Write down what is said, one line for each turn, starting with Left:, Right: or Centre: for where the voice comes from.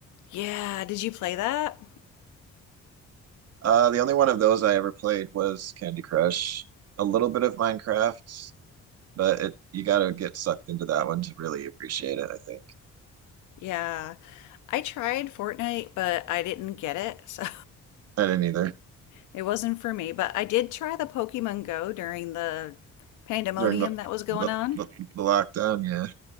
Left: Yeah, did you play that?
Right: Uh, the only one of those I ever played was Candy Crush. A little bit of Minecraft, but it you gotta get sucked into that one to really appreciate it, I think.
Left: Yeah, I tried Fortnite, but I didn't get it, so
Right: I didn't either
Left: <laughs> it wasn't for me. But I did try the Pokemon Go during the pandemonium
Right: during the
Left: that was going
Right: the,
Left: on.
Right: the, the lockdown, yeah.